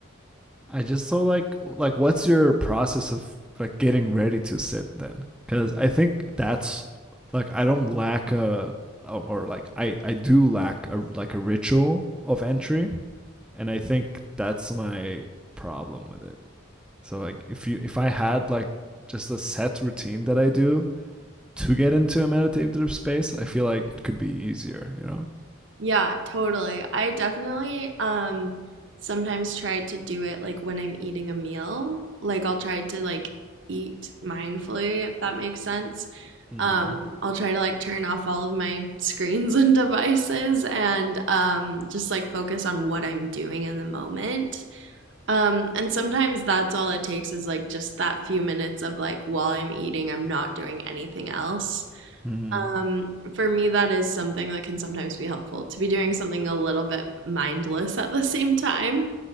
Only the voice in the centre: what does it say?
I just so like like what's your process of like getting ready to sit then? Because I think that's like I don't lack a um, or like I I do lack a like a ritual of entry, and I think that's my problem with it. So like if you if I had like just a set routine that I do to get into a meditative space, I feel like it could be easier. You know.
Mm-hmm.
Mm-hmm.